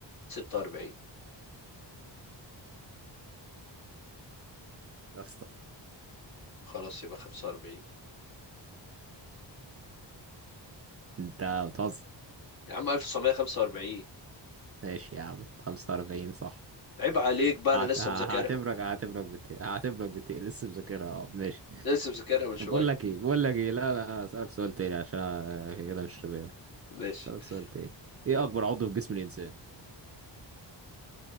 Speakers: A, on the left; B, on the right.
A: 46
B: يا اسطى
A: خلاص يبقى 45
B: انت بتهزر
A: يا عم 1945
B: ماشي يا عم 45 صح
A: عيب عليك بقى أنا
B: هعت-
A: لسه
B: ه- هعتبرك
A: مذاكرها
B: هعتبرك بت هعتبرك بت لسه مذاكرها اه ماشي
A: لسه مذاكرها من
B: طب
A: شوية
B: بقول لك ايه بقول لك ايه لا لا أنا اسالك سؤال تاني عشان أنا كده مش شباب
A: <laughs> ماشي
B: اسالك سؤال تاني ايه
A: يا
B: اكبر عضو في جسم الانسان